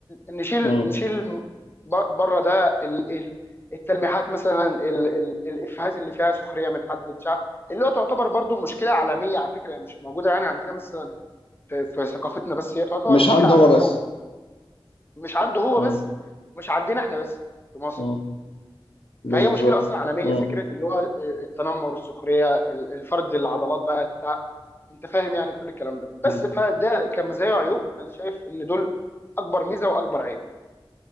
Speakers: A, on the left (about 25°); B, on the left (about 75°).
A: نشيل
B: مم.
A: نشيل بره ده ال- ال- التلميحات مثلا ال- ال- الافيهات اللي فيها سخريه من حد مش عارف اللي هو تعتبر برضو مشكله عالميه على فكره مش موجوده يعني عندنا مثلا في, في ثقافتنا بس هي تعتبر
B: مش
A: مشكله
B: عنده
A: عالميه
B: هو بس
A: ومش عنده هو
B: مم.
A: بس ومش عندنا احنا بس في مصر
B: مم. بالظبط
A: فهي مشكله اصلا عالميه
B: مم.
A: فكره اللي هو آه، التنمر السخريه ال- الفرد العضلات بقى بتاع انت فاهم يعني كل الكلام ده بس
B: مم.
A: فده كمزايا
B: أيوة.
A: وعيوب انا شايف ان دول اكبر ميزه واكبر